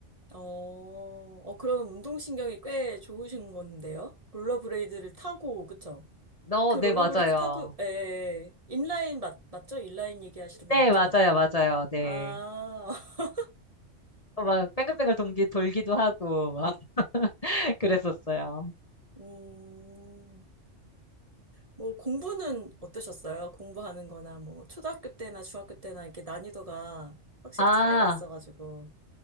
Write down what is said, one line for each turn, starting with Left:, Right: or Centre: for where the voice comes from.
Right: 어, 어, 그러면 운동신경이 꽤 좋으신 건데요? 롤러브레이드를 타고, 그쵸?
Left: 어,
Right: 그 롤러브레이드
Left: 네, 맞아요.
Right: 타고, 예, 인라인 맞, 맞죠? 인라인 얘기하시는
Left: 네,
Right: 거 맞죠?
Left: 맞아요. 맞아요. 네.
Right: 아, <laughs>
Left: 어, 막 뱅글뱅글 돌기, 돌기도 하고 막 <laughs> 그랬었어요.
Right: 음. 뭐 공부는 어떠셨어요? 공부하는 거나 뭐 초등학교 때나 중학교 때나 이렇게 난이도가 확실히
Left: 아,
Right: 차이가 있어가지고.